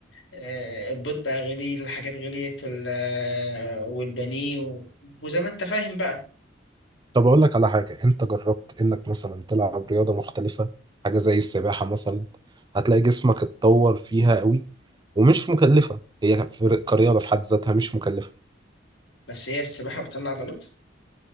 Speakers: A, on the left; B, on the right.
A: آه البيض بقى غلي الحاجات غليت ال- آه، والبانيه و- وزي ما انت فاهم بقى
B: طب اقول لك على حاجة انت جربت انك مثلا تلعب رياضة مختلفة حاجة زي السباحة مثلا هتلاقي جسمك اتطور فيها قوي ومش مكلفة هي في- كرياضة في حد ذاتها مش مكلفة
A: بس هي السباحه بتطلع عضلات